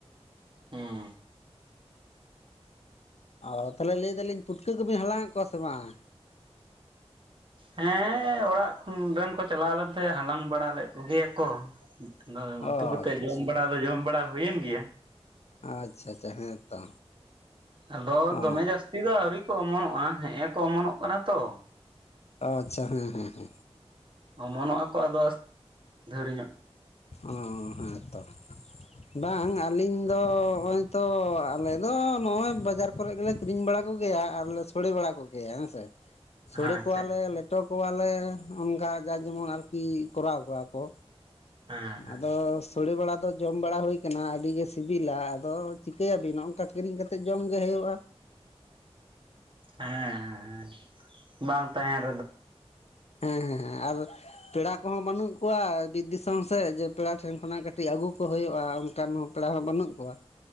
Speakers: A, on the right (about 50°); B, on the left (about 75°).
A: ᱦᱩᱸ
B: ᱚ ᱛᱟᱦᱚᱞᱮ ᱞᱟᱹᱭ ᱫᱟᱞᱤᱧ ᱯᱷᱩᱴᱠᱟᱹ ᱠᱚᱵᱤᱱ ᱦᱟᱞᱟᱝ ᱮᱫ ᱠᱚᱣᱟ ᱥᱮ ᱵᱟᱝ
A: ᱦᱮᱸ ᱚᱲᱟᱜ ᱨᱮᱱ ᱠᱚ ᱪᱟᱞᱟᱣ ᱞᱮ ᱛᱟᱦᱮᱸ ᱦᱟᱞᱟᱝ ᱵᱟᱲᱟ ᱞᱮᱫ ᱠᱚᱜᱮᱭᱟ ᱠᱚ ᱟᱫᱚ ᱩᱛᱩ
B: ᱚ
A: ᱠᱟᱛᱮᱜ
B: ᱟᱪᱪᱷᱟ
A: ᱡᱚᱢ ᱵᱟᱲᱟ ᱫᱚ ᱡᱚᱢ ᱵᱟᱲᱟ ᱦᱩᱭᱮᱱ ᱜᱮᱭᱟ
B: ᱟᱪᱷᱟ ᱟᱪᱷᱟ ᱦᱮᱸ ᱛᱚ
A: ᱟᱫᱚ
B: ᱚ
A: ᱫᱚᱢᱮ ᱡᱟᱹᱥᱛᱤ ᱫᱚ ᱟᱹᱣᱨᱤ ᱠᱚ ᱚᱢᱚᱱᱚᱜ-ᱟ ᱦᱮᱸᱜ-ᱮ ᱠᱚ ᱚᱢᱚᱱᱚᱜ ᱠᱟᱱᱟ ᱛᱚ
B: ᱟᱪᱪᱷᱟ ᱦᱮᱸᱮᱸᱮ
A: ᱚᱢᱚᱱᱚᱜ ᱟᱠᱚ ᱟᱫᱚ ᱫᱷᱟᱹᱲ ᱧᱚᱜ
B: ᱚ ᱦᱮᱸᱛᱚ ᱵᱟᱝ ᱟᱹᱞᱤᱧ ᱫᱚ ᱱᱚᱜᱼᱚᱭ ᱛᱚ ᱟᱞᱮ ᱫᱚ ᱱᱚᱜᱼᱚᱭ ᱵᱟᱡᱟᱨ ᱠᱚᱨᱮ ᱜᱮᱞᱮ ᱟᱹᱠᱷᱤᱨᱤᱧ ᱵᱟᱲᱟ ᱠᱚᱜᱮᱭᱟ ᱟᱨ ᱞᱮ ᱥᱲᱮ ᱵᱟᱲᱟ ᱠᱚᱜᱮᱭᱟ ᱦᱮᱸ ᱥᱮ ᱥᱚᱲᱟᱹ
A: ᱟᱪᱪᱷᱟ
B: ᱠᱚᱣᱟᱞᱮ ᱞᱮᱴᱚ ᱠᱚᱣᱟᱞᱮ ᱚᱱᱠᱟ ᱡᱟ ᱡᱮᱢᱚᱱ ᱟᱨᱠᱤ ᱠᱚᱨᱟᱣ ᱠᱚᱣᱟ ᱠᱚ
A: ᱦᱮᱸ ᱦᱮᱸ
B: ᱟᱫᱚ ᱛᱳᱲᱮ ᱵᱟᱲᱟ ᱫᱚ ᱡᱚᱢ ᱵᱟᱲᱟ ᱦᱩᱭ ᱠᱟᱱᱟ ᱟᱹᱰᱤᱜᱮ ᱥᱤᱵᱤᱞᱟ ᱟᱫᱚ ᱪᱤᱠᱟᱹᱭᱟᱵᱤᱱ ᱱᱚᱜᱝᱠᱟ ᱠᱤᱨᱤᱧ ᱠᱟᱛᱮᱫ ᱡᱚᱢᱜᱮ ᱦᱩᱭᱩᱜᱼᱟ
A: ᱦᱮᱸ ᱦᱮ ᱵᱟᱝ ᱛᱟᱦᱮᱸ
B: ᱦᱮᱸ ᱦᱮᱸ ᱦᱮᱸ ᱟᱨ ᱯᱮᱲᱟ ᱠᱚᱦᱚᱸ ᱵᱟᱹᱱᱩᱜ ᱠᱚᱣᱟ ᱵᱤᱨ ᱫᱤᱥᱚᱢ ᱥᱮᱫ ᱡᱮ ᱯᱮᱲᱟ ᱴᱷᱮᱱ ᱠᱷᱚᱱᱟᱜ ᱠᱟᱹᱴᱤᱡ ᱟᱹᱜᱩ ᱠᱚ ᱦᱩᱭᱩᱜᱼᱟ ᱚᱱᱠᱟᱱ ᱦᱚᱸ ᱵᱟ ᱯᱮᱲᱟ ᱦᱚᱸ ᱵᱟᱹᱱᱩᱜ ᱠᱚᱣᱟ